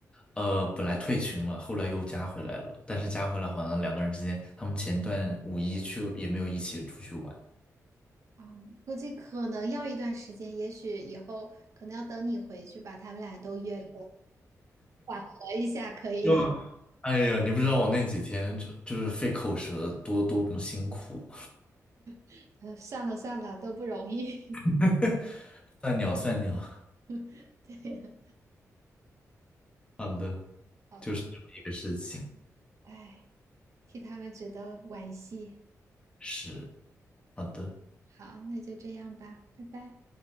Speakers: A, on the left; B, on the right.
A: 呃，本来退群了，后来又加回来了，但是加回来好像两个人之间，他们前段五一去也没有一起出去玩。
B: 啊、估计可能要一段时间，也许以后可能要等你回去把他们俩都约出来，缓和一下可以。
A: 就哎呀，你不知道我那几天就就是费口舌多多么辛苦，
B: <laughs> 呃，算了算了，都不容易。
A: <laughs> 算鸟算鸟，
B: <laughs> 对呀
A: 好的，
B: 好的，
A: 就是这么一个事情，
B: 哎，替他们觉得惋惜。
A: 是好的。
B: 好，那就这样吧，拜拜。